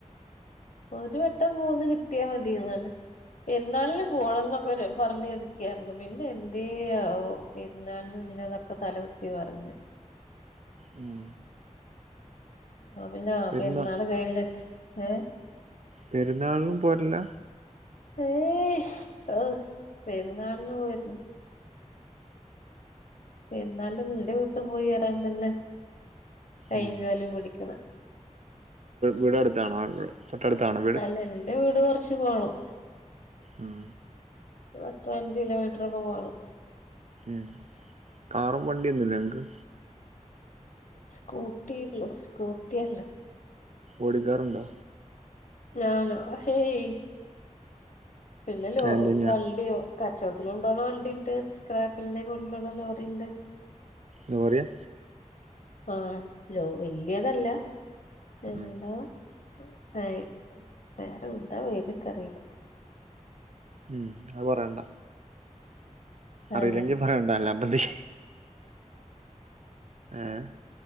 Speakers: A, on the left (about 85°); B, on the right (about 60°).
A: ഒരു വെട്ടം പോകന്ന് കിട്ടിയാൽ മതിയങ്ങനെ പെരുന്നാളിന് പോണം എന്നൊക്കെ പറഞ് ഇരിക്കായിരുന്നു പിന്നെ എന്തേ ആവോ പെരുന്നാളും ഇല്ലതൊക്കെ തലകുത്തി മറിഞ്
B: ഉം
A: അഹ്‌ പിന്നെ
B: പെരുന്നാ
A: പെരുന്നാള് കഴിഞ്ഞ് ഏഹ്‌
B: പെരുന്നാളിനും പോവലില്ല
A: ഏയ് പെരുന്നാളിന് പോയിരുന്നു പെരുന്നാളിന് എന്റെ വീട്ട് പോയി വരാൻ തന്നെ കൈയ്യും
B: ഉം
A: കാലും പിടിക്കണം
B: വീട് അടുത്താണോ തൊട്ടടുത്താണ
A: അല്ല എന്റെ വീട് കൊറച്ച് പോണം
B: ഉം
A: പത്ത് പതിനഞ്ച് കിലോമീറ്ററൊക്കെ പോണം
B: ഉ കാറും വണ്ടിയൊന്നുംല്ലേ ങ്ങക്ക്
A: സ്കൂട്ടി സ്കൂട്ടിയുണ്ട്
B: ഓടിക്കാറുണ്ടോ
A: ഞാനോ ഹേയ് പിന്നലോ
B: എന്താ ഞാ
A: വള്ളിയോ കച്ചവടത്തി അ കൊണ്ടോള്ള വണ്ടി ഉണ്ട് സ്ക്രാപ്പില്ലേ കൊണ്ട് പോന്ന ലോറി ഉണ്ട്
B: ലോറിയാ
A: ആ ലോ വല്ലിയതല്ല എന്തുവാ
B: ഉം
A: ആ വേറെ ഇന്താ പേര് എനിക്ക് അറിയില്ല
B: ഉം അത് പറയണ്ട അറിയില്ലെങ്കിൽ
A: ആഹ്
B: പറയണ്ട അല്ലപ്പഎന്ത്ചെയ്യും ആഹ്